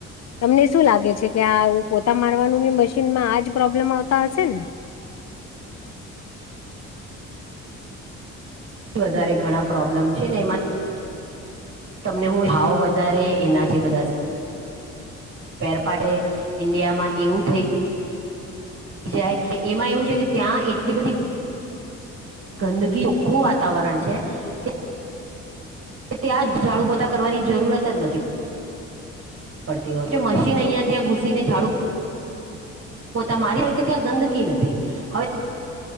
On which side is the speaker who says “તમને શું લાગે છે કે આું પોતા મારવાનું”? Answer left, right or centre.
Left